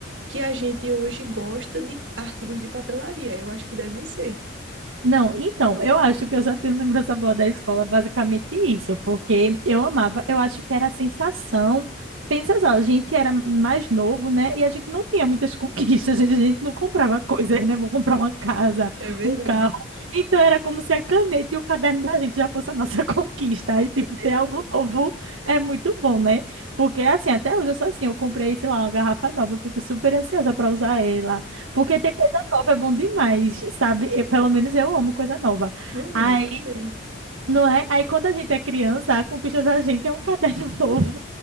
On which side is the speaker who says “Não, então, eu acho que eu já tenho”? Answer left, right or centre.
Right